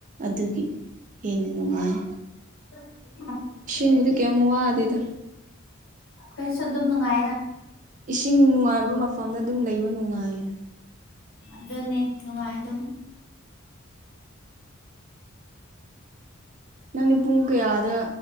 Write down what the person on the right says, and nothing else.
ꯑꯗꯨꯒꯤ ꯍꯦꯟꯅ ꯅꯨꯡꯉꯥꯏ
ꯏꯁꯤꯡꯕꯗꯤ ꯀꯌꯥꯃꯨꯛ ꯋꯥꯗꯦꯗ
ꯏꯁꯤꯡ ꯅꯨꯡꯉꯥꯏꯕ ꯃꯐꯝꯗ ꯑꯗꯨꯝ ꯂꯩꯕ ꯅꯨꯡꯉꯥꯏꯌꯦ
ꯅꯪꯗꯤ ꯄꯨꯡ ꯀꯌꯥꯗ